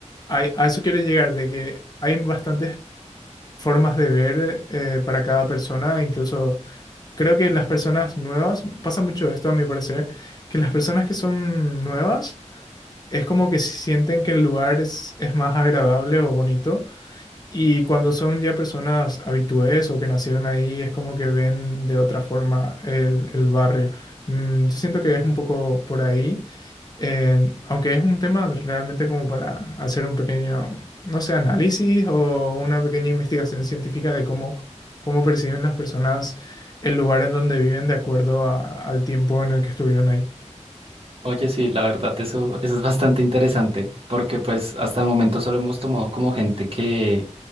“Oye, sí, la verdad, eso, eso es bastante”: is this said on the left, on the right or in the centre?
Right